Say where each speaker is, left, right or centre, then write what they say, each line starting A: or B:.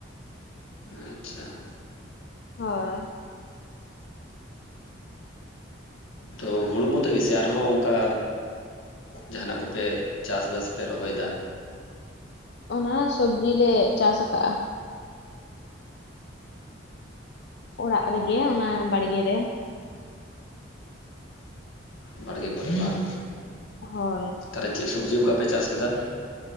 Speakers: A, on the left; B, on the left.
A: ᱟᱪᱪᱷᱟ᱾
B: ᱦᱳᱭ᱾
A: ᱛᱚ ᱦᱩᱲᱩ ᱢᱚᱛᱚ ᱜᱮᱥᱮ ᱟᱨᱦᱚᱸ ᱚᱱᱠᱟ ᱡᱟᱦᱟᱱᱟᱜ ᱠᱚᱯᱮ ᱪᱟᱥᱫᱟ ᱥᱮᱯᱮ ᱨᱚᱦᱚᱭ ᱫᱟ?
B: ᱚᱱᱟ ᱥᱚᱵᱽᱡᱤ ᱞᱮ ᱪᱟᱥ ᱠᱟᱜᱼᱟ᱾ ᱚᱲᱟᱜ ᱨᱮᱜᱮ ᱚᱱᱟ ᱵᱟᱲᱜᱮ ᱨᱮ᱾
A: ᱵᱟᱲᱜᱮ ᱠᱚᱨᱮ ᱵᱟᱝ᱾
B: ᱦᱳᱭ
A: ᱛᱟᱦᱞᱮ ᱪᱮᱫ ᱥᱚᱵᱽᱡᱤ ᱚᱱᱠᱟᱯᱮ ᱪᱟᱥ ᱠᱟᱫᱟ?